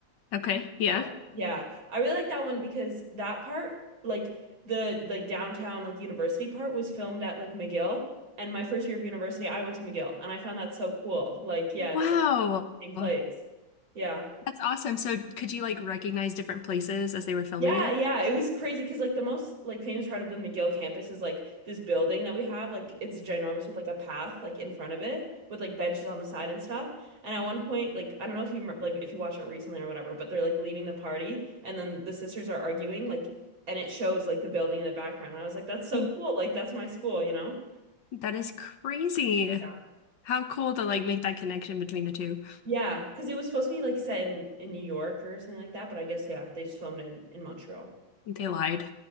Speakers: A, on the left; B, on the right.
A: Okay. Yeah.
B: That one. Yeah. I really like that one because that part, like the like downtown like university part was filmed at like McGill. And my first year of university, I went to McGill and I found that so cool. Like, yeah,
A: Wow.
B: that they filmed in the same
A: That's
B: place. Yeah.
A: awesome. So could you like recognize different places as they were filming
B: Yeah,
A: it?
B: yeah, it was crazy because like the most like famous part of the McGill campus is like this building that we have. Like it's ginormous with like a path like in front of it with like benches on the side and stuff. And at one point, like I don't know if you remem- like if you watched it recently or whatever, but they're like leaving the party and then the sisters are arguing like and it shows like the building in the background. And I was like, that's so
A: Mm.
B: cool. Like that's my school, you know?
A: That is crazy.
B: Yeah.
A: How cool to like make that connection between the two.
B: Yeah, because it was supposed to be like set in in New York or something like that, but I guess yeah, they just filmed it in in Montreal.
A: They lied.